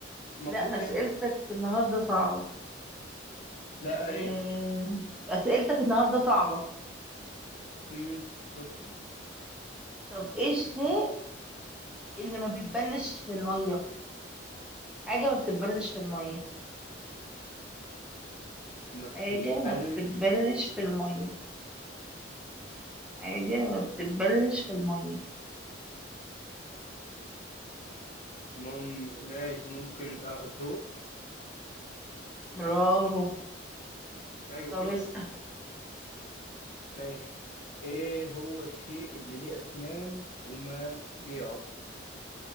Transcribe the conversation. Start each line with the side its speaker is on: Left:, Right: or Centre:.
Left: المفروض
Centre: لا اسئلتك
Left: يعني
Centre: النهارده صعبة
Left: لا
Centre: آه
Left: آه، ايه
Centre: اسئلتك النهارده صعبة
Left: امم شفته
Centre: طب ايه الشيء اللي ما بيتبلش في المية حاجة ما بتتبلش في المية
Left: ما
Centre: حاجة
Left: بتتبلش
Centre: ما بتتبلش في المية حاجة ما بتتبلش في المية
Left: مم... ماشي ممكن اه الضوء
Centre: برافو
Left: ايوه
Centre: طب
Left: كده
Centre: اسأل
Left: ماشي ايه هو الشيء اللي ليه اسنان وما بيعض